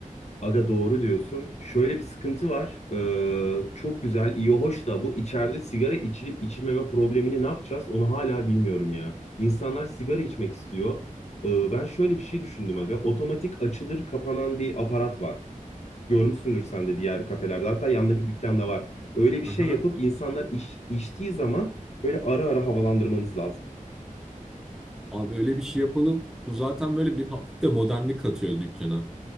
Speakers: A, on the left; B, in the centre.
A: aga doğru diyorsun. Şöyle bir sıkıntı var. Ee, çok güzel, iyi, hoş da bu içeride sigara içilip içilmeme problemini ne yapacağız? Onu hala bilmiyorum ya. İnsanlar sigara içmek istiyor. Ee, ben şöyle bir şey düşündüm aga. Otomatik açılır kapanan bir aparat var. Görmüşsündür sen de diğer kafelerde. Hatta yandaki dükkanda var. Öyle bir şey
B: Aha.
A: yapıp insanlar iş, içtiği zaman böyle ara ara havalandırmamız lazım.
B: Abi öyle bir şey yapalım. Bu zaten böyle bir hafif de modernlik katıyor dükkana.